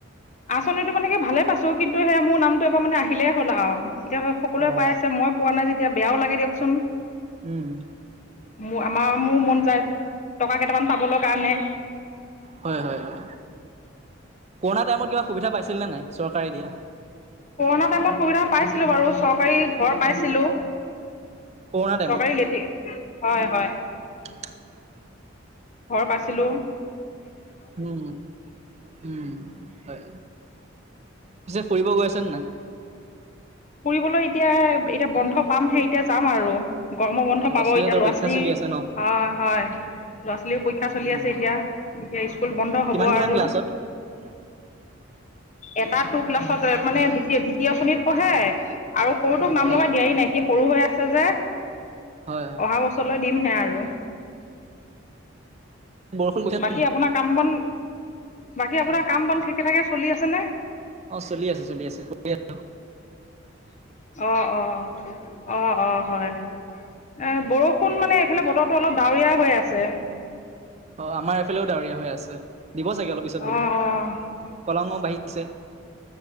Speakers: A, on the left; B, on the right.
A: আঁচনিতটো মানে কি ভালে পাইছো কিন্তু সে মোৰ নামটো এবাৰ মানে আহিলেই হ'ল আৰু, এতিয়া সকলোৱে
B: অ'
A: পাই আছে, মই পোৱা নাই যেতিয়া বেয়াও লাগে দি দিয়কচোন।
B: উম'।
A: মোৰ আমাৰ মোৰ মন যায়, টকা কেইটামান পাবলৈ কাৰণে
B: হয়-হয়-হয় কৰুণা টাইমত কিবা সুবিধা পাইছিল নে নাই? চৰকাৰে দিয়া
A: কৰণা টাইমত সুবিধা পাইছিলো বাৰু চৰকাৰী ঘৰ পাইছিলো।
B: কৰোণা টাইমত?
A: চৰকাৰী লেটিন হয়-হয়।
B: <inaudible>
A: ঘৰ পাইছিলো।
B: উম- উম-হয়। পিছে ফুৰিব গৈ আছেনে নাই।
A: ফুৰিবলৈ এতিয়া এতিয়া বন্ধ পামহে এতিয়া যাম আৰু গৰমৰ বন্ধ
B: অ', ল'ৰা
A: পাব
B: ছোৱালীহঁতৰ
A: এতিয়া ল'ৰা-ছোৱালীৰ
B: পৰীক্ষা চলি আছে ন?
A: হয়-হয়। ল'ৰা-ছোৱালীও পৰীক্ষা চলি
B: উম,
A: আছে এতিয়া, এতিয়া স্কুল বন্ধ
B: কিমান
A: হ'ব
B: কিমান
A: আৰু
B: ক্লাছত? <inaudible>
A: এটা টু ক্লাছত মানে দ্বিত-দ্বিতীয় শ্ৰেণীত পঢ়ে। আৰু সৰুটোক নাম
B: অ',
A: লগাই দিয়াই নাই, সি সৰু হৈ আছে যে
B: হয়, হয়।
A: অহা বছৰলৈ দিম। সে আৰু
B: বৰষুণ দিছে
A: বাকী
B: নে নাই?
A: আপোনাৰ কাম বন, বাকী আপোনাৰ কাম বন ঠিকে ঠাকে চলি আছেনে?
B: অ' চলি আছে, চলি আছে কৈ আছো।
A: অ', -অ', - অ', - অ', - হয়। এ বৰষুণ মানে এইফালে বতৰটো অলপ ডাৱৰীয়া হৈ আছে।
B: অ' আমাৰ এইফালেও ডাৱৰীয়া হৈ আছে। দিব চাগে অলপ পিছত বৰষুণ,
A: অঁ অঁ
B: কলঙো বাঢ়িছে।